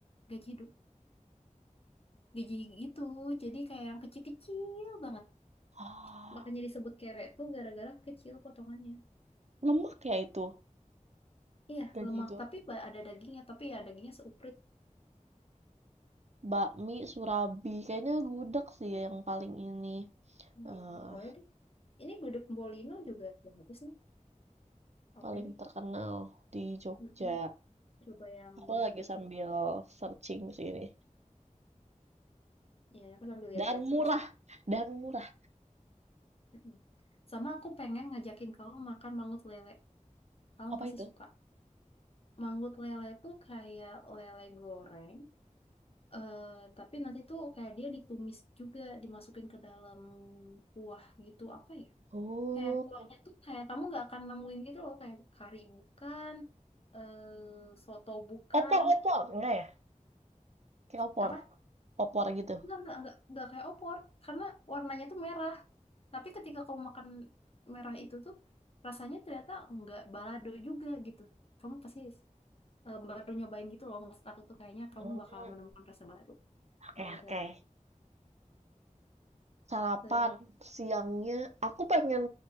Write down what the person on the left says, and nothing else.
gaji du- gaji gitu. Jadi kayak yang kecil-kecil banget.
Makanya disebut kere tuh gara-gara kecil potongannya.
Iya,
lemak
tapi ba- ada dagingnya, tapi ya dagingnya seuprit.
Iya,
boleh deh. Ini gudeg Bolino juga bagus nih. Oke
deh.
Mm-mm. Coba yang
tertentu.
Ya, aku sambil lihat-lihat
juga sih.
Mm-mm. Sama aku pengen ngajakin kamu makan mangut lele. Kamu
pasti
suka. Manggut lele tuh kayak lele goreng, eh, tapi nanti tuh kayak dia ditumis juga, dimasukin ke dalam kuah gitu, apa ya?
Kayak kuahnya tuh kayak kamu nggak akan nemuin gitu loh, kayak kari bukan, eh, soto bukan,
apa?
Nggak, nggak, nggak, nggak kayak opor, karena warnanya tuh merah. Tapi ketika kamu makan merah itu tuh, rasanya ternyata nggak balado juga gitu. Kamu pasti eh, baru nyobain gitu loh. Maksud aku tuh kayaknya kamu
bakal menemukan rasa baru.
Mango
planet.
Ter-